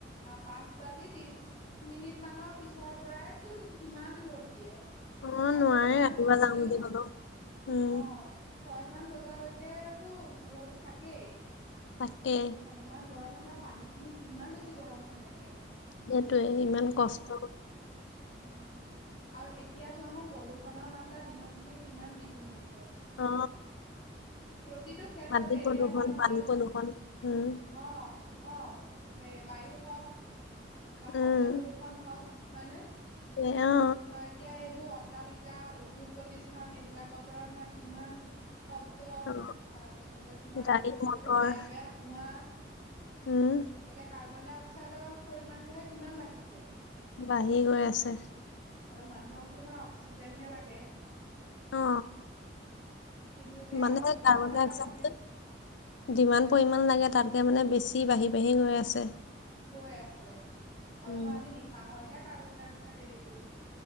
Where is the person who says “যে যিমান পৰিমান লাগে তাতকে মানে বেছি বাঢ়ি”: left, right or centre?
Left